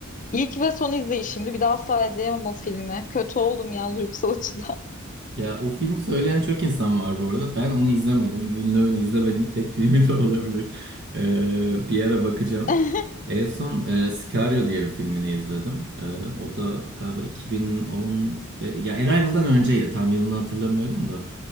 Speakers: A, on the left; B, on the right.
A: ilk ve son izleyişimdi. Bir daha asla izleyemem o filmi. Kötü oldum ya duygusal açıdan.
B: Ya o filmi söyleyen çok insan var bu arada. Ben onu izlemedim. Villeneuve'un izlemediğim tek <laughs> filmi de olabilir. Ee, bir ara bakacağım.
A: <laughs>
B: En son e, Sicario diye bir filmini izledim. Ee, o da galiba 2010... ve- Ya Arrival'dan önceydi. Tam yılını hatırlamıyorum da.